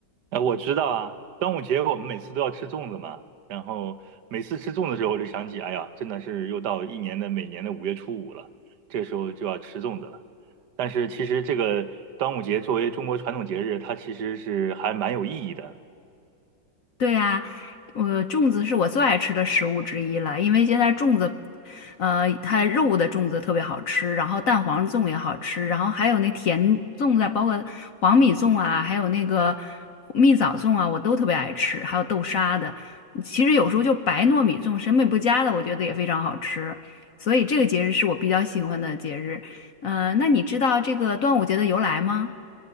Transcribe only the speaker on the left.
对呀，我粽子是我最爱吃的食物之一了，因为现在粽子，呃，它肉的粽子特别好吃，然后蛋黄粽也好吃，然后还有那甜粽子啊包括黄米粽啊，还有那个蜜枣粽啊，我都特别爱吃，还有豆沙的。其实有时候就白糯米粽，审美不佳的，我觉得也非常好吃。所以这个节日是我比较喜欢的节日。呃，那你知道这个端午节的由来吗？